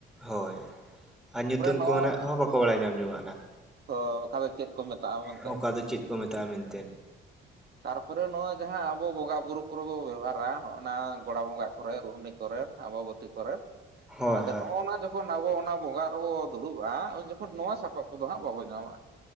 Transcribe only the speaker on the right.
ᱱᱚᱜ
ᱦᱚ ᱚᱠᱟ ᱫᱚ ᱪᱮᱫ ᱠᱚ ᱢᱮᱛᱟᱜ-ᱟ ᱢᱮᱱᱛᱮ
ᱛᱟᱨᱯᱚᱨᱮ ᱱᱚᱜ-ᱚᱭ ᱡᱟᱦᱟᱸ ᱟᱵᱚ ᱵᱚᱸᱜᱟ ᱵᱩᱨᱩ ᱠᱚᱨᱮ ᱵᱚ ᱵᱮᱵᱚᱦᱟᱨᱟ ᱱᱚᱜ-ᱚᱱᱟ ᱜᱚᱲᱟ ᱵᱚᱸᱜᱟ ᱨᱮ ᱨᱩᱦᱱᱤ ᱠᱚᱨᱮᱱ ᱟᱵᱟᱵᱚᱛᱤ ᱠᱚᱨᱮᱱ
ᱟᱫᱚ
ᱱᱚᱜ-ᱚᱱᱟ ᱡᱚᱠᱷᱚᱱ ᱟᱵᱚ ᱚᱱᱟ ᱵᱚᱸᱜᱟ ᱨᱮᱵᱚ ᱫᱩᱲᱩᱵ-ᱟ ᱩᱱ ᱡᱚᱠᱷᱚᱱ ᱱᱚᱣᱟ ᱥᱟᱯᱟᱵ ᱠᱚᱫᱚ ᱦᱟᱸᱜ ᱵᱟᱵᱚ ᱧᱟᱢᱼᱟᱸ᱾